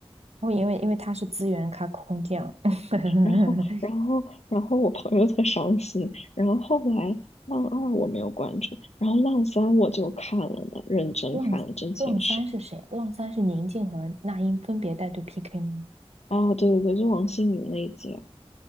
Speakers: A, on the right; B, on the left.
A: 哦，因为因为他是资源咖空降，<laughs>
B: 然后，然后，然后我朋友特伤心。然后后来浪二我没有关注，然后浪三我就看了的，认真看了《真情实》。
A: 浪浪三是谁？浪三是宁静和那英分别带队 PK 吗？
B: 啊，对对对，就王心凌那一集啊。